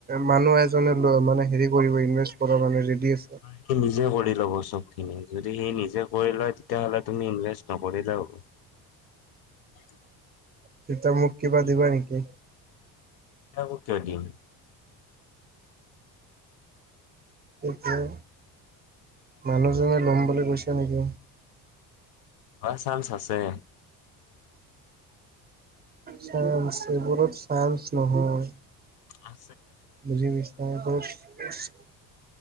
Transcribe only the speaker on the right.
মানুহ এজনে <unintelligible> লৈ লব <unintelligible>
তেতয়া মোক কিবা দিবা নেকি
সেই মানুহজনে লম বুলি গৈছো নেকি
চ এইবোৰত চায়স নহয়
বজি বিচ <unintelligible>